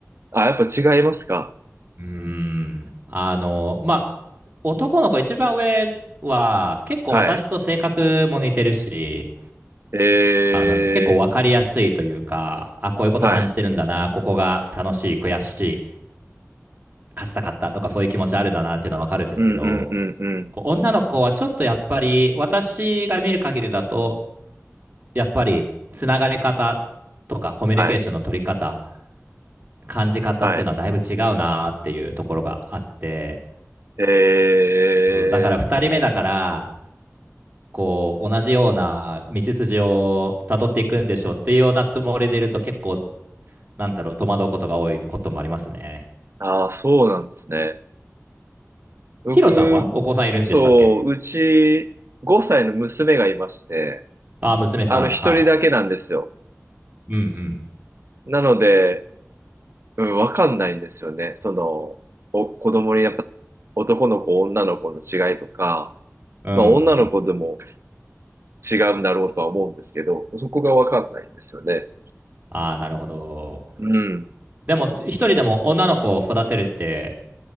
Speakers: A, on the right; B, on the right.
A: あ、やっぱ違いますか
B: うーん。あの、まあ、男の子一番上は結構私と性格も似てるし、
A: はい。え
B: あの、結構分かりやすいというか、あ、こういうこと感じてるんだな、
A: ー、はい。
B: ここが楽しい、悔しい、勝ちたかったとかそういう気持ちあるんだなっていうのは分かるんですけど、
A: うんうんうんうん。
B: こう女の子はちょっとやっぱり私が見る限りだと、やっぱりつながり方とかコミュニケーションの取り方、
A: はい。
B: 感じ方っていうのはだいぶ違うなっていうところがあって、
A: はい。えー、
B: そうだから二人目だから、こう同じような道筋をたどっていくんでしょうっていうようなつもりでいると結構なんだろう戸惑うことが多いこともありますね。
A: ああそうなんですね。僕、
B: ヒロさんはお子さんいるんでしたっけ
A: そう、うち5歳の娘がいまして、
B: ああ、娘さん。
A: あの、一人だけなんですよ。
B: はい。うん
A: なので、うん、わかんないんですよね。その、お、子供にやっぱ男の子、女の子の違いとか、
B: うん。
A: まあ女の子でも
B: うんうん。
A: 違うんだろうとは思うんですけど、そこがわかんないんですよね。
B: ああ、なるほど。
A: うん。
B: でも、一人でも女の子を育てるって